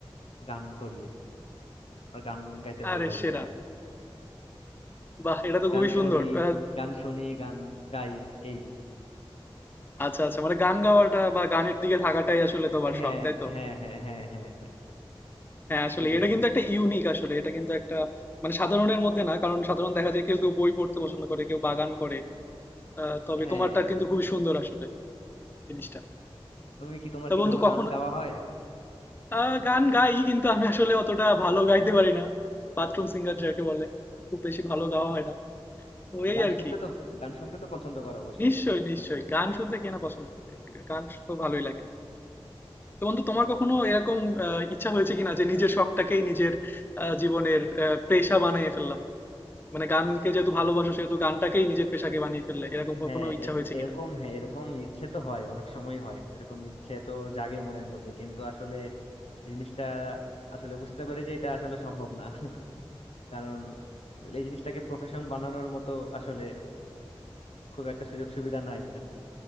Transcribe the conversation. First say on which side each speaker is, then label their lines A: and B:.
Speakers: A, on the left; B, on the left.
A: গান করি আর কি আমার গান গাইতে ভালো
B: আরে
A: লাগে
B: সেরা
A: আর কি।
B: বাহ এটা তো
A: গান
B: খুবই
A: শুনি
B: সুন্দর আহ,
A: গান শুনি গান গাই এই
B: আচ্ছা আচ্ছা মানে গান গাওয়াটা বা গানের দিকে থাকাটাই আসলে তোমার
A: হ্যাঁ
B: শখ তাই তো
A: হ্যাঁ হ্যাঁ হ্যাঁ হ্যাঁ হ্যাঁ
B: হ্যাঁ আসলে
A: এটাই
B: এটা কিন্তু একটা ইউনিক আসলে এটা কিন্তু একটা মানে সাধারণের মধ্যে না কারণ সাধারণ দেখা যায় কেউ কেউ বই পড়তে পছন্দ করে কেউ বাগান করে আহ, তবে
A: হ্যাঁ
B: তোমারটা কিন্তু খুবই সুন্দর আসলে জিনিসটা
A: তুমি কি তোমার
B: তা
A: কি
B: বন্ধু
A: কোনো
B: কখনো
A: গান গাওয়া
B: কি
A: হয়
B: আহ, গান গাই কিন্তু আমি আসলে অতটা ভালো গাইতে পারি না বাথরুম সিঙ্গার যাকে বলে খুব বেশি ভালো গাওয়া হয় না তো
A: তো
B: এই
A: গান
B: আর
A: শুনতে
B: কি
A: তো গান শুনতে তো পছন্দ করো অবশ্যই
B: নিশ্চয়ই নিশ্চয়ই
A: নাকি
B: গান শুনতে কে না পছন্দ করে গান তো ভালোই লাগে তো বন্ধু তোমার কখনো এরকম আহ, ইচ্ছা হয়েছে কিনা যে নিজের শখটাকেই নিজের আহ, জীবনের আহ, পেশা বানিয়ে ফেললাম মানে গানকে যেহেতু ভালোবাসো সেহেতু গানটাকেই নিজের পেশাকে বানিয়ে ফেললে এরকম কখনো
A: হ্যাঁ
B: ইচ্ছা
A: এ-
B: হয়েছে
A: এরকম
B: কিনা
A: হ্যাঁ এরকম ইচ্ছে তো হয় অনেক সময় হয় এরকম ইচ্ছে তো জাগে মনের মধ্যে কিন্তু আসলে জিনিসটা আসলে বুঝতে পারি যে এটা আসলে সম্ভব না কারণ এই জিনিসটাকে প্রফেশন বানানোর মতো আসলে খুব একটা সুযোগ সুবিধা নাই আর কি